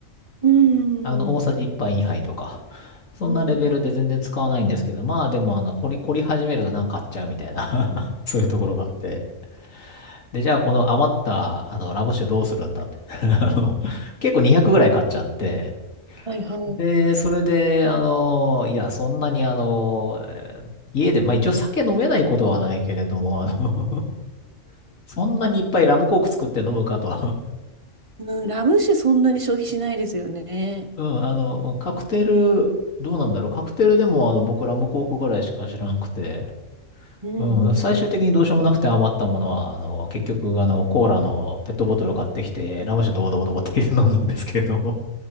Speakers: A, on the right (about 25°); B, on the left (about 80°).
A: うん。
B: あの、大さじ1杯2杯とか。そんなレベルで全然使わないんですけど、
A: うん
B: まあでも、あの、凝り、凝り始めるとなんか買っちゃうみたいな <laughs> そういうところがあって。で、じゃあこの余った、あの、ラム酒どうするんだって <laughs> あの、結構200ぐらい買っちゃって、
A: はいはい。
B: で、それで、あの、いや、そんなにあの、えー家で、まあ一応酒飲めないことはないけれども、あの、<laughs> そんなにいっぱいラムコーク作って飲むかと。
A: うん、ラム酒そんなに消費しないですよね。
B: <laughs> うん、あの、カクテル、どうなんだろう。カクテルでもあの僕ラムコークぐらいしか知らんくて、
A: うん
B: うん、最終的にどうしようもなくて余ったものは、あの、結局、あの、コーラのペットボトルを買ってきて、ラム酒ドボドボドボって飲んだんですけれども。